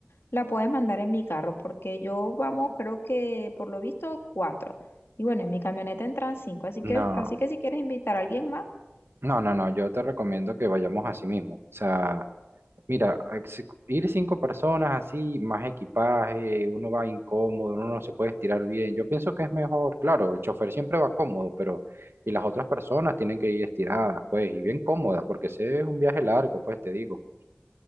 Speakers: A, on the left; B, on the right.
A: la puedes mandar en mi carro, porque yo vamos, creo que por lo visto cuatro. Y bueno, en mi camioneta entran cinco, así
B: No,
A: que, así que si quieres invitar a alguien más,
B: no, no, no, yo te recomiendo que vayamos así mismo. O sea, mira, ex- ir cinco personas así, más equipaje, uno va incómodo, uno no se puede estirar bien. Yo pienso que es mejor, claro, el chofer siempre va cómodo, pero y las otras personas tienen que ir estiradas, pues, y bien cómodas, porque ese es un viaje largo, pues, te digo.